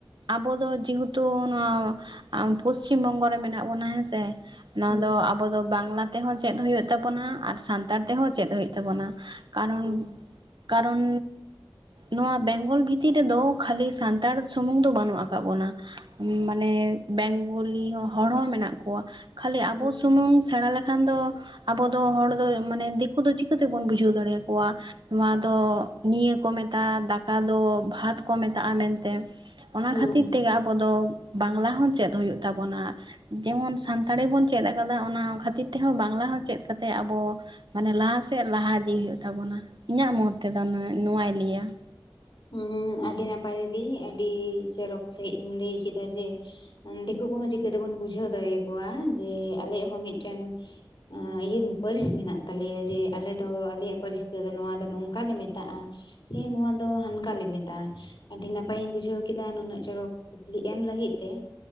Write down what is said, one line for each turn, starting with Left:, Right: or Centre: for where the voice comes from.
Right: ᱟᱵᱚ ᱫᱚ ᱡᱮᱦᱚᱛᱩ ᱱᱚᱣᱟ ᱯᱚᱥᱪᱤᱢ ᱵᱚᱝᱜᱚ ᱨᱮ ᱢᱮᱱᱟᱜ ᱵᱚᱱᱟ ᱦᱮᱸ ᱥᱮ? ᱱᱚᱣᱟ
Left: ᱦᱩᱸ
Right: ᱫᱚ ᱟᱵᱚ ᱫᱚ ᱵᱟᱝᱞᱟ ᱛᱮᱦᱚᱸ ᱪᱮᱫ ᱦᱩᱭᱩᱜ ᱛᱟᱵᱚᱱᱟ ᱟᱨ ᱥᱟᱱᱛᱟᱲ ᱛᱮᱦᱚᱸ ᱪᱮᱫ ᱦᱩᱭᱩᱜ ᱛᱟᱵᱚᱱᱟ ᱾ ᱠᱟᱨᱚᱱ
Left: ᱦᱩᱸ
Right: ᱠᱟᱨᱚᱱ ᱱᱚᱣᱟ ᱵᱮᱝᱜᱚᱞ ᱵᱷᱤᱛᱤᱨ ᱨᱮᱫᱚ ᱠᱷᱟᱹᱞᱤ ᱥᱟᱱᱛᱟᱲ ᱥᱩᱢᱩᱝ ᱫᱚ ᱵᱟᱹᱱᱩᱜ ᱟᱠᱟᱜ ᱵᱚᱱᱟ ᱾ ᱢᱟᱱᱮ ᱵᱮᱝᱜᱚᱞᱤ ᱦᱚᱲ ᱦᱚᱸ ᱢᱮᱱᱟᱜ ᱠᱚᱣᱟ ᱾ ᱠᱷᱟᱹᱞᱤ ᱟᱵᱚ
Left: ᱦᱩᱸ
Right: ᱥᱩᱢᱩᱝ ᱥᱮᱬᱟ ᱞᱮᱠᱷᱟᱱ ᱫᱚ ᱾ ᱟᱵᱚ ᱫᱚ ᱦᱚᱲ ᱫᱚ ᱢᱟᱱᱮ ᱫᱤᱠᱩ ᱫᱚ ᱪᱤᱠᱟᱹ ᱛᱮᱵᱚᱱ ᱵᱩᱡᱷᱟᱹᱣ ᱫᱟᱲᱮ ᱟᱠᱚᱣᱟ ᱾ ᱱᱚᱣᱟ ᱫᱚ ᱱᱤᱭᱟᱹ ᱠᱚ ᱢᱮᱛᱟᱜᱼᱟ ᱫᱟᱠᱟ ᱫᱚ ᱵᱷᱟᱛ ᱠᱚ ᱢᱮᱛᱟᱜᱼᱟ ᱢᱮᱱᱛᱮ ᱾ ᱚᱱᱟ
Left: ᱦᱩᱸ
Right: ᱠᱷᱟᱹᱛᱤᱨ ᱛᱮᱜᱮ ᱟᱵᱚ ᱫᱚ ᱵᱟᱝᱞᱟ ᱦᱚᱸ ᱪᱮᱫ ᱦᱩᱭᱩᱜ ᱛᱟᱵᱚᱱᱟ ᱡᱮᱢᱚᱱ ᱥᱟᱱ ᱛᱟᱲᱤ ᱵᱚᱱ ᱪᱮᱫ ᱟᱠᱟᱫᱟ ᱚᱱᱟ ᱠᱷᱟᱹᱛᱤᱨ ᱛᱮᱦᱚᱸ ᱵᱟᱝᱞᱟ ᱦᱚᱸ ᱪᱮᱫ ᱠᱟᱛᱮ ᱟᱵᱚ ᱾ ᱢᱟᱱᱮ ᱞᱟᱦᱟ ᱥᱮᱫ ᱞᱟᱦᱟ ᱤᱫᱤᱭ ᱦᱩᱭᱩᱜ ᱛᱟᱵᱚᱱᱟ ᱤᱧᱟᱹᱜ ᱢᱚᱦᱚᱛ ᱛᱮᱫᱚ ᱱᱚ-ᱱᱚᱣᱟᱭ ᱞᱟᱹᱭᱟ ᱾
Left: ᱦᱩᱸ ᱟᱹᱰᱤ ᱱᱟᱯᱟᱭ ᱜᱮ ᱫᱤ ᱟᱹᱰᱤ ᱪᱚᱨᱚᱠ ᱥᱟᱺᱦᱤᱡ ᱮᱢ ᱞᱟᱹᱭ ᱠᱮᱫᱟ ᱡᱮ ᱫᱤᱠᱩ ᱠᱚᱦᱚᱸ ᱪᱤᱠᱟᱹ ᱛᱮᱵᱚᱱ ᱵᱩᱡᱷᱟᱹᱣ ᱫᱟᱭᱮ ᱟᱠᱚᱣᱟ ᱡᱮ ᱟᱞᱮᱭᱟᱜ ᱦᱚᱸ ᱢᱤᱫᱴᱮᱱ ᱟᱸ ᱤᱭᱟᱹ ᱯᱟᱹᱨᱤᱥ ᱢᱮᱱᱟᱜ ᱛᱟᱞᱮᱭᱟ ᱡᱮ ᱟᱞᱮ ᱫᱚ ᱟᱞᱮᱭᱟᱜ ᱯᱟᱹᱨᱤᱥ ᱛᱮᱫᱚ ᱱᱚᱣᱟ ᱫᱚ ᱱᱚᱝᱠᱟ ᱞᱮ ᱢᱮᱛᱟᱜᱼᱟ ᱾ ᱥᱮ ᱱᱚᱣᱟ ᱫᱚ ᱦᱟᱱ ᱠᱟ ᱞᱮ ᱢᱮᱛᱟᱜᱼᱟ ᱟᱹᱰᱤ ᱱᱟᱯᱟᱭ ᱤᱧ ᱵᱩᱡᱷᱟᱹᱣ ᱠᱮᱫᱟ ᱱᱩᱱᱟᱹᱜ ᱪᱚᱨᱚᱠ ᱠᱩᱠᱞᱤ ᱮᱢ ᱞᱟᱹᱜᱤᱫ ᱛᱮ ᱾